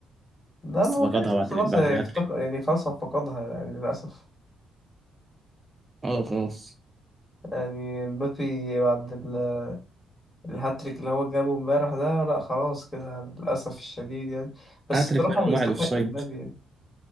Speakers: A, on the left (about 25°); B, on the right (about 25°).
A: لا
B: بس
A: ما هو
B: فقدها
A: كده كده
B: بعد
A: خلاص
B: ال- بعد
A: افتقد
B: الهاتريك
A: يعني خلاص هو فقدها يعني للأسف
B: اه خلاص
A: يعني مبابي بعد ال- الهاتريك اللي هو جابه امبارح ده لا خلاص كده للأسف الشديد يعني بس
B: هاتريك
A: الصراحة
B: منهم
A: هو يستحق
B: واحد اوفسايد
A: المبابي يعني